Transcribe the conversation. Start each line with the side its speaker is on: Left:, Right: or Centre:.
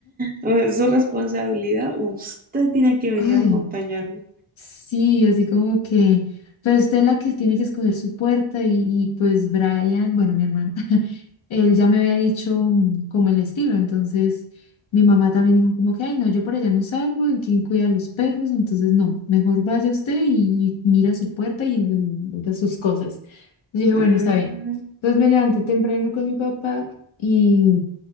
Right: Es su responsabilidad. Usted tiene que venir
Left: ay.
Right: a acompañarme.
Left: Sí, así como que, pero usted es la que tiene que escoger su puerta y, y pues Brian, bueno, mi hermano, <laughs> él ya me había dicho mm, como el estilo, entonces mi mamá también dijo como que, ay, no, yo por allá no salgo, ¿en quién cuida a los perros? Entonces, no, mejor vaya usted y, y mira su puerta y, mm, de sus cosas. Yo dije,
Right: Mm,
Left: bueno, está bien. Entonces me levanté temprano con mi papá y,